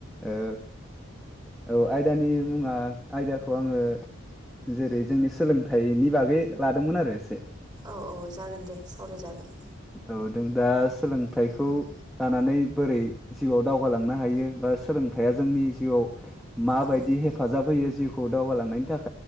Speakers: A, in the centre; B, on the right.
A: ओ औ आयदानि मुङा आयदाखौ आङो जेरै- जोंनि सोलोंथाइनि बागै लादोंमोन आरो एसे
B: औ औ जागोन दे सावरायजागोन
A: औ दों दा सोलोंथाइखौ लानानै बोरै जिउआव दावगालांनो हायो बा सोलोंथाइया जोंनि जिउआव माबायदि
B: औ
A: हेफाजाब होयो जिउखौ दावगालांनायनि थाख